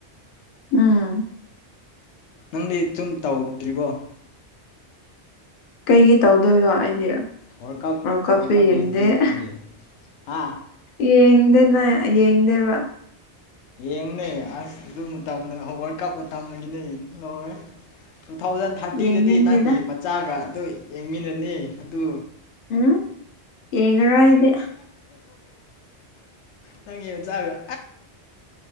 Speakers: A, on the left; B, on the left.
A: ꯎꯝ
B: ꯅꯪꯗꯤ ꯁꯨꯝ ꯇꯧꯗ꯭ꯔꯤꯕꯣ
A: ꯀꯩꯒꯤ ꯇꯧꯗꯣꯏꯕꯣ ꯑꯩꯗꯤ
B: ꯋꯥꯔꯜ ꯀꯞ
A: ꯀꯞꯁꯨ
B: ꯋꯥꯔꯜ ꯀꯞ
A: ꯌꯦꯡꯗꯦ
B: ꯌꯦꯡꯗ꯭ꯔꯤꯕꯣ ꯅꯪꯗꯤ ꯑ
A: ꯌꯦꯡꯗꯦꯅ ꯌꯦꯡꯗꯦꯕ
B: ꯌꯦꯡꯉꯨꯅꯦ ꯑꯁ ꯑꯗꯨ ꯋꯥꯔꯜ ꯀꯥꯞꯄꯨ ꯇꯒꯤꯅꯦ ꯂꯣꯏꯔꯦ ꯇꯨ ꯊꯥꯎꯖꯟ ꯊꯥꯔꯇꯤꯗꯗꯤ
A: ꯌꯦꯡꯅꯤꯡꯗꯦꯗ
B: ꯅꯪꯒꯤ ꯃꯆꯥꯒ ꯑꯗꯨ ꯌꯦꯡꯃꯤꯟꯅꯅꯤ ꯑꯗꯨ
A: ꯎꯝ ꯌꯦꯉꯔꯗ
B: ꯅꯪ ꯆꯥꯒ